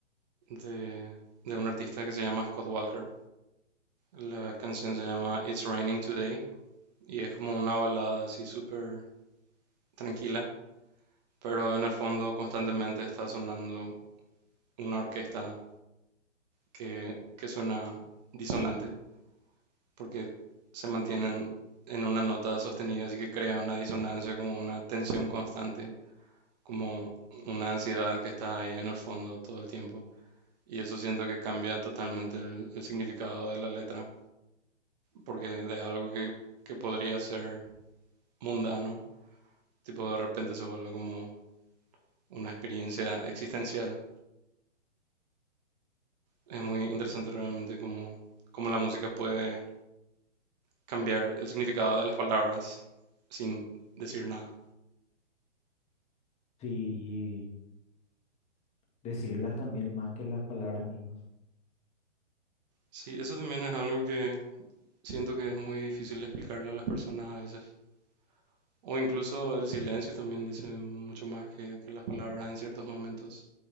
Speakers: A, on the right; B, on the left.
A: de, de un artista que se llama Scott Walker. La canción se llama It's Raining Today y es como una balada así súper tranquila, pero en el fondo constantemente está sonando una orquesta que, que suena disonante porque se mantienen en una nota sostenida, así que crea una disonancia como una tensión constante como una ansiedad que está ahí en el fondo todo el tiempo. Y eso siento que cambia totalmente el, el significado de la letra, porque de algo que, que podría ser mundano, tipo de repente se vuelve como una experiencia existencial. Es muy interesante realmente cómo, cómo la música puede cambiar el significado de las palabras sin decir nada.
B: Sí, y decirlas también más que las palabras mismas.
A: Sí, eso también es algo que siento que es muy difícil explicarle a las personas a veces. O incluso el silencio también dice mucho más que, que las palabras en ciertos momentos